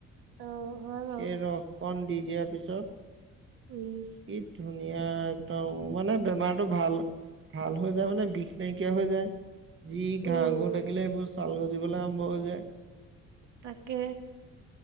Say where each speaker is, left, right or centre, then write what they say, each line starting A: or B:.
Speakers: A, on the right; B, on the right.
A: অ হয় বাৰু
B: সেই ৰসকণ দি দিয়াৰ পিছত।
A: উম।
B: কি ধুনীয়া একদম মানে বেমাৰটো ভাল- ভাল হৈ যায় মানে বিষ নাইকিয়া হৈ যায় যি ঘাঁহ
A: উম
B: ঘূন থাকিলে এইবোৰ চাল গছ- জিবলৈ আৰম্ভ হৈ যায়।
A: তাকে,